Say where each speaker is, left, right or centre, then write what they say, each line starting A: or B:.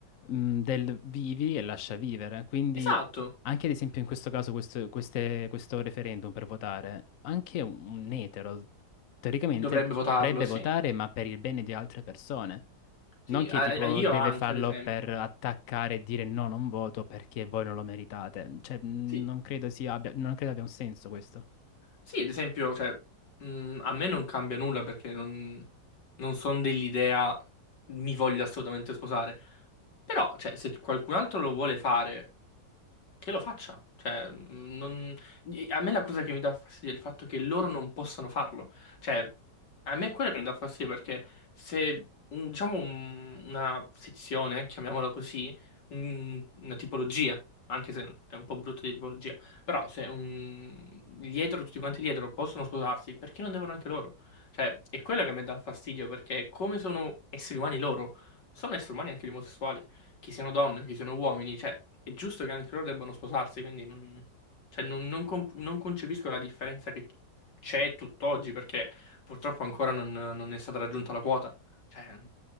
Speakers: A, on the left; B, on the left.
A: mh, del vivi e lascia vivere, quindi
B: esatto,
A: anche ad esempio in questo caso questo, queste- questo referendum per votare, anche un un etero teoricamente
B: dovrebbe votarlo,
A: dovrebbe
B: sì.
A: votare ma per il bene di altre persone,
B: Sì,
A: non che
B: a-
A: tipo
B: a- io
A: deve
B: anche,
A: farlo
B: ad esempio.
A: per attaccare e dire no, non voto perché voi non lo meritate, cioè mh,
B: Sì,
A: non credo sia abbia, non credo abbia un senso questo.
B: Sì, ad esempio, cioè, mh, a me non cambia nulla perché non, non sono dell'idea mi voglio assolutamente sposare. Però, cioè, se qualcun altro lo vuole fare che lo faccia. Cioè, mh, non- a me la cosa che mi dà fastidio è il fatto che loro non possano farlo. Cioè, a me è quello che mi dà fastidio perché se, un- diciamo, un- una sezione, chiamiamola così, un- una tipologia, anche se è un po' brutto di tipologia, però se un, gli etero, tutti quanti gli etero possono sposarsi, perché non devono anche loro? Cioè, è quello che a me dà fastidio perché come sono esseri umani loro, sono esseri umani anche gli omosessuali che siano donne, che siano uomini, cioè è giusto che anche loro debbano sposarsi, quindi non, cioè, non- non comp- non concepisco la differenza che c'è tutt'oggi perché purtroppo ancora non, non è stata raggiunta la quota. Cioè,